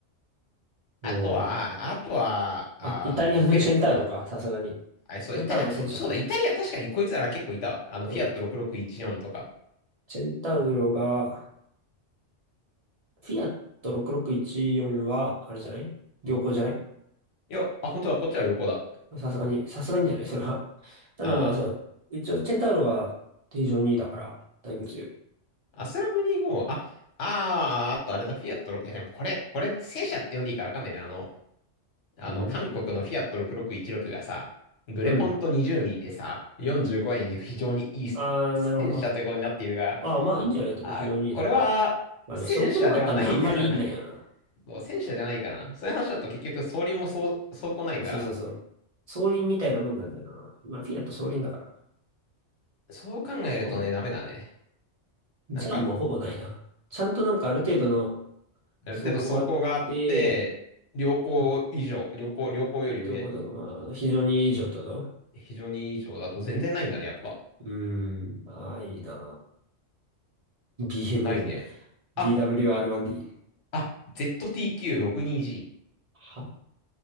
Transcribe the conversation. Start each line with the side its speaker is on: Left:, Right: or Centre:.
Right: うん
Left: あとは、あとは、ああの、
Right: あ、イタリアのチェンタウロか、
Left: フェレットか。
Right: さすがに。チ
Left: あ、そう、
Right: ェンタウロ戦車が、
Left: イタ、あそうだ、イタリア確かにこいつら結構いたわ。あの、フィアット6614とか。
Right: そうだね。チェンタウロが、フィアット6614は、あれじゃない良好じゃない
Left: いや、あ、本当だ、こっちは旅行だ。
Right: さすがに、さすがにじゃないそれは。ただまあそう。
Left: あ
Right: 一応、チェンタウロが非常にいいだから、だいぶ強い。
Left: あ、アスラブ25、あ、ああ、あとあれだ、フィアット6、いやでもこれ、これ、戦車って呼んでいいかわかんないな。あの、あの、
Right: うん
Left: 韓国のフィアット6616がさ、グレポンと20ミリでさ、
Right: うん。
Left: 45円に非常にいい
Right: あー、なるほど。
Left: 戦車ということになっているが、
Right: ああ、まあいいんじゃないと思う。
Left: あ、
Right: 非常にいいだったら。
Left: これは戦車ではないからな。
Right: まあでも、そうこなかったらな、あんまり意味ないよな。
Left: <laughs> そう戦車じゃないからな。そういう話だと結局装輪もそう、装甲ないから、
Right: そうそうそう。そう。双輪みたいなもんなんだよな。まあ、フィアット双輪だから。
Left: そう考えるとね、
Right: ほぼ
Left: ダメだね。
Right: じゃあもうほぼないな。
Left: なんか、
Right: ちゃんとなんかある程度の
Left: ある程度装甲があって、
Right: 走行あって、
Left: 良好以上、良好、良好より上、
Right: どこだかまあ、非常にいい状態だわ
Left: 非常にいい以上だと全然ないんだね、やっぱ。
Right: うーん、ああ、いいなぁ。BM、
Left: ないね。
Right: BWR1D。
Left: あ、あ、ZTQ62G。
Right: 800TQ62G、